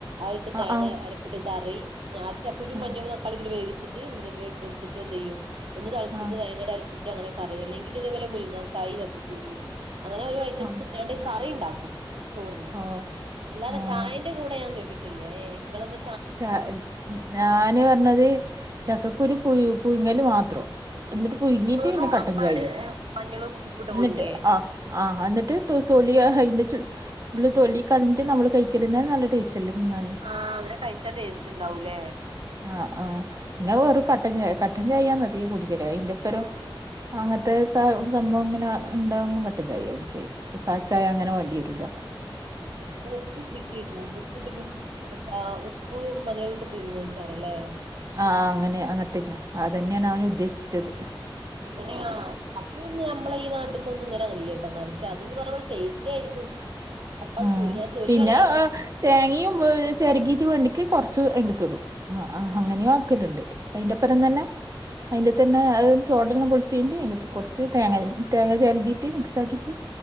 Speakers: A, on the right (about 70°); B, on the right (about 40°).
A: അത്ട്ട് തേങ്ങ
B: ആഹ്
A: അരപ്പ്ട്ട് കറി ആദ്യം ചക്കുരും
B: ആഹ് ആഹ്
A: മഞ്ഞളും തക്കാളിക്കിട്ട് വേവിച്ച്ട്ട്, മുരിങ്ങന്റെല ഇട്ടൊട്ത്ത്ട്ട് എന്തെയ്യും ഒന്ന് തെളച്ച്ട്ട്
B: ആഹ്
A: തേങ്ങന്റെ അര്പ്പ് <unintelligible> അങ്ങനെ പറയ, അല്ലെങ്കില് ഇതേപോലെ മുങ്ങക്കായിം ചക്കക്കുരും. അങ്ങനെ ഓരോ ഐറ്റംസ്ട്ടാ
B: ആഹ്
A: കറിണ്ടാക്കും ചോറിന്.
B: ഓഹ്
A: അല്ലാതെ
B: ആഹ്
A: ചായന്റെ കൂടെ ഞാൻ കേട്ടിട്ടില്ല ഏ ഇങ്ങളെന്ത
B: ച ഞാന് പർഞ്ഞത് ചക്കക്കുരു പുയു പുയ്ങല് മാത്രം. എന്നിട്ട് പുയുങ്ങീട്ട്
A: വെറും
B: പിന്നെ കട്ടഞ്ചായയും.
A: അപ്പാട് മഞ്ഞളും ഉപ്പിട്ട്
B: എന്നിട്ട്
A: പുഴുങ്ങേ
B: ആഹ് ആഹ് എന്നിട്ട് തൊ തൊലിയ അയ്ന്റെ ചു ഫുള്ള് തൊലി കൾഞ്ഞിട്ട് നമ്മള് കഴിക്കല്ന്നേ നല്ല ടെസ്റ്റല്ലെ തിന്നാന്
A: ആഹ് അങ്ങനെ കയ്ച്ചാ ടെസ്റ്റ്‌ണ്ടാവുലേ?
B: ആഹ് ആഹ്. പിന്നെ വെറും കട്ടൻചായ കട്ടൻചായാന്ന് അധികം കുടിക്കല് അയ്ന്റൊപ്പരം.
A: ആഹ്
B: അങ്ങ ത്തേ സ സംഭവം ഇങ്ങനെ ഇണ്ടാവുമ്പൊ കട്ടൻചായ് യാ കുടിക്കല്, പാൽചായ അങ്ങനെ വാണ്ടി വെരൂല.
A: അപ്പൊ ഉപ്പ് പിടിക്കെയ്ക്കും, അപ്പൊ ഉപ്പ്ട്ട് ട്ട് എന്താ ഉപ്പ് മഞ്ഞളൂട്ട് പുയ്ങ്ങെയ്ക്കാരലേ?
B: ആഹ് അങ്ങനെ അങ്ങൻത്തന്ന്യ. അതന്ന്യാണവന് ഉദ്ദേശിച്ചത്.
A: അങ്ങനെയ അതൊന്ന് നമ്മള ഈ നാട്ടന്ന് ഇങ്ങനെ അങ്ങനല്ലട്ടന്നാ പക്ഷെ അന്ന് പറയുമ്പൊ ടേസ്റ്റ് ആയിരിക്കും അപ്പാട്
B: ആഹ്
A: പുഴുങ്ങാ തൊലി
B: പിന്നാ
A: കളയാ
B: തേങ്ങയും <unintelligible> ചെറകീട്ട് വേണ്ടിക്ക് കൊറച്ച് എടുത്തുടും അഹ് അങ്ങനെയും ആക്കലിണ്ട് അതിന്റെപ്പറം തന്നെ അതിന്റെ തന്നെ അത് തോടന്നെ പൊളിച്ച് കഴിഞട്ട് അതിന്റാത്ത് കുറച്ച് തേങ്ങ തേങ്ങ ചെരണ്ടീട്ട് മിക്സ് ആക്കീട്ട്